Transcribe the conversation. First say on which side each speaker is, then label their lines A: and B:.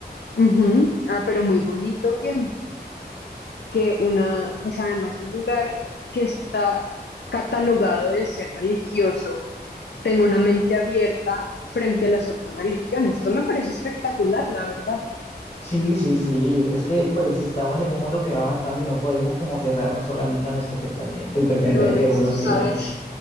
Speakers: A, on the left (about 85°); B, on the left (about 40°).
A: ujú. Ah, pero muy bonito que, que una, pues además un lugar que está catalogado de ser religioso, tenga una mente abierta frente a las otras religiones. Eso me parece espectacular, la verdad.
B: Sí, sí, sí. Es que pues estamos en un mundo que va avanzando y no podemos como cerrarnos solamente a nuestro pensamiento y pretender
A: Pero Donis,
B: que uno
A: tú sabes,
B: tiene